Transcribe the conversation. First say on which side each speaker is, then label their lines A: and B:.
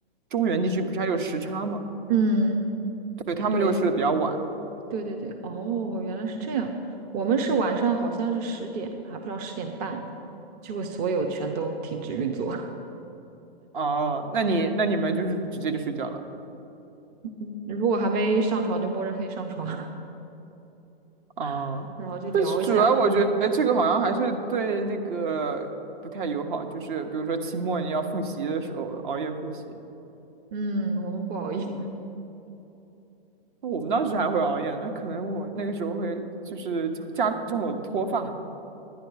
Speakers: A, on the right; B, on the right.
A: 中原地区不是还有时差嘛，
B: 嗯，
A: 对，他们就睡得比较晚。
B: 对，对对对，哦，原来是这样。我们是晚上好像是十点，还不知道十点半，就会所有全都停止运作。
A: 哦，那你那你们就是直接就睡觉了。
B: <laughs> 如果还没上床，就摸着黑上床，
A: 啊，
B: <laughs> 然后就聊一下。
A: 但是主要我觉得这个好像还是对那个不太友好，
B: 嗯
A: 就是比如说期末你要复习的时候熬夜复习，
B: 嗯，我们不熬夜，<laughs>
A: 我们当时还会熬夜，那可能我那个时候会就是加重了我的脱发，